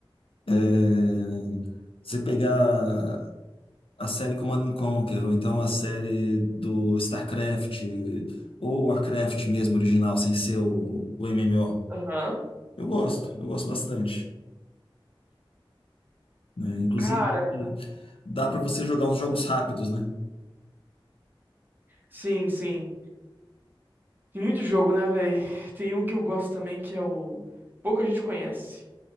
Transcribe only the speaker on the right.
Aham.
Cara,
sim, sim. Tem muito jogo, né, velho? <laughs> Tem um que eu gosto também que é o. Pouca gente conhece.